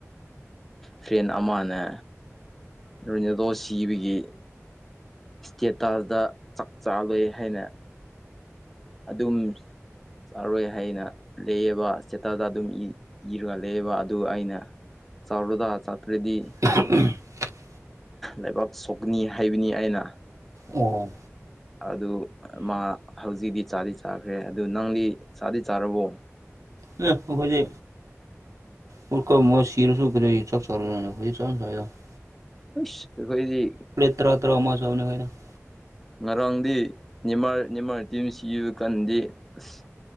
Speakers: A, in the centre; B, on the right (about 80°).
A: ꯐ꯭ꯔꯦꯟ ꯑꯃꯅ ꯔꯣꯅꯦꯜꯗꯣ ꯁꯤꯕꯒꯤ ꯏꯁꯇꯦꯇꯥꯁꯇ ꯆꯥꯛ ꯆꯥꯂꯣꯏ ꯍꯥꯏꯅ ꯑꯗꯨꯝ ꯆꯥꯔꯣꯏ ꯍꯥꯏꯅ ꯂꯩꯑꯕ ꯏꯁꯇꯦꯇꯁꯗ ꯑꯗꯨꯝ ꯏꯔꯒ ꯂꯩꯑꯕ ꯑꯗꯨ ꯑꯩꯅ ꯆꯥꯔꯣꯗ ꯆꯥꯇ꯭ꯔꯗꯤ
B: <unintelligible>
A: ꯂꯩꯕꯥꯛ ꯁꯣꯛꯅꯤ ꯍꯥꯏꯕꯅꯤ ꯑꯩꯅ
B: ꯑꯣ
A: ꯑꯗꯨ ꯃꯥ ꯍꯧꯖꯤꯛꯇꯤ ꯆꯥꯗꯤ ꯆꯥꯈ꯭ꯔꯦ ꯑꯗꯨ ꯅꯪꯗꯤ ꯆꯥꯗꯤ ꯆꯥꯔꯕꯣ
B: ꯎꯝ ꯑꯩꯈꯣꯏꯗꯤ ꯎꯔꯛꯣ ꯃꯣꯏ ꯁꯤꯔꯁꯨ ꯀꯔꯤꯒꯤ <unintelligible>
A: ꯑꯁ ꯑꯩꯈꯣꯏꯗꯤ
B: ꯇ꯭ꯔ <unintelligible>
A: ꯉꯔꯥꯡꯗꯤ ꯅꯦꯃꯥꯔ ꯅꯤꯃꯥꯔꯇꯤꯝ ꯁꯤꯕ ꯀꯥꯟꯗꯤ ꯑꯁ